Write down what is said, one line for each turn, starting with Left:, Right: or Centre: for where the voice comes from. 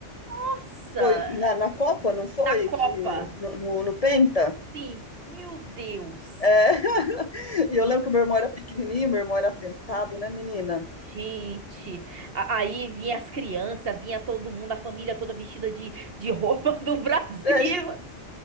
Right: Nossa,
Left: Foi na, na Copa, não foi?
Right: na Copa.
Left: Que, no, no, no Penta?
Right: Sim, meu Deus.
Left: É. <laughs> E eu lembro que meu irmão era pequenininho, meu irmão era atentado, né, menina?
Right: Gente, a- aí vinha as crianças, vinha todo mundo, a família toda vestida de, de roupa <laughs> do Brasil.
Left: É,